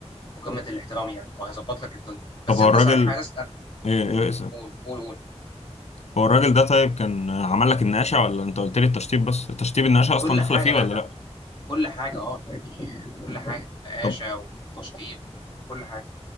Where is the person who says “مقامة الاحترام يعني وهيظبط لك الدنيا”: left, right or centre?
Left